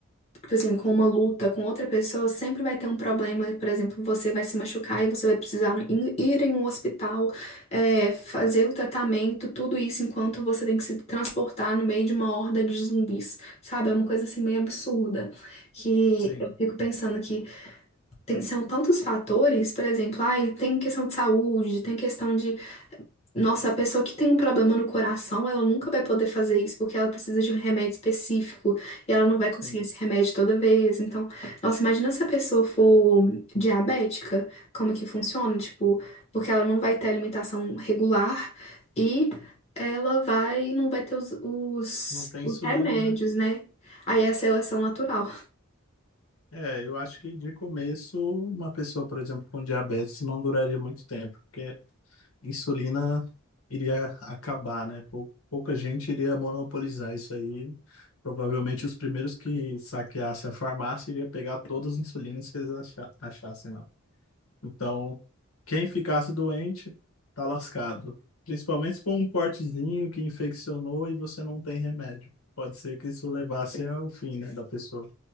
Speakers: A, on the left (about 30°); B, on the left (about 80°).
A: tipo assim, com uma luta com outra pessoa, sempre vai ter um problema. Por exemplo, você vai se machucar e você vai precisar in- ir em um hospital, é, fazer o tratamento, tudo isso enquanto você tem que se transportar no meio de uma horda de zumbis, sabe? É uma coisa assim meio absurda. Que
B: Sim,
A: eu fico pensando que tem- são tantos fatores, por exemplo, ai, tem questão de saúde, tem questão de nossa, a pessoa que tem um problema no coração, ela nunca vai poder fazer isso, porque ela precisa de um remédio específico e ela não vai
B: sim.
A: conseguir esse remédio toda vez. Então, nossa, imagina se a pessoa for diabética, como que funciona? Tipo, porque ela não vai ter alimentação regular e ela vai, não vai ter os, os,
B: Não tem
A: os
B: insulina,
A: remédios,
B: né?
A: né? Aí é a seleção natural.
B: É, eu acho que de começo, uma pessoa, por exemplo, com diabetes não duraria muito tempo, porque insulina iria acabar, né? Pou- Pouca gente iria monopolizar isso aí. Provavelmente os primeiros que saqueassem a farmácia iria pegar todas as insulinas que eles acha- achassem lá. Então, quem ficasse doente, tá lascado. Principalmente se for um cortezinho que infeccionou e você não tem remédio. Pode ser que isso levasse ao fim, né, da pessoa.